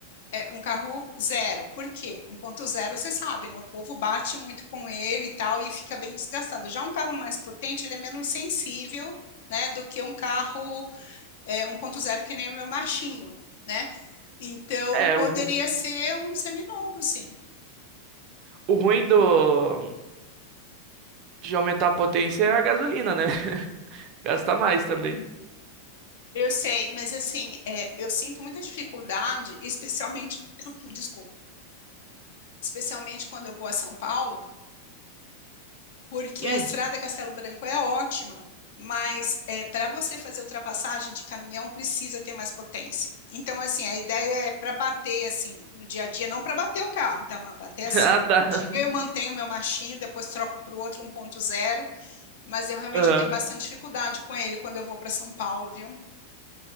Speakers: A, on the left (about 70°); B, on the right (about 40°).
A: é um carro zero. Por quê? um ponto zero você sabe, né? O povo bate muito com ele e tal, e fica bem desgastado. Já um carro mais potente, ele é menos sensível, né? Do que um carro é, um ponto zero que nem o meu machinho, né? Então,
B: É,
A: poderia
B: o, ru-
A: ser um seminovo, sim.
B: o ruim do, de aumentar a potência é a gasolina, né? <laughs> Gasta mais também.
A: Eu sei, mas assim, é, eu sinto muita dificuldade, especialmente, <coughs> <clears throat> desculpa, especialmente quando eu vou a São Paulo, porque
B: Hum,
A: a estrada Castelo Branco é ótima, mas é para você fazer ultrapassagem de caminhão precisa ter mais potência. Então, assim, a ideia é para bater assim no dia a dia, não para bater o carro, tá? Mas bater assim.
B: <laughs> ah, tá.
A: No dia eu mantenho meu machinho, depois troco para o outro 1.0, mas eu realmente
B: Aham.
A: eu tenho bastante dificuldade com ele quando eu vou para São Paulo, viu?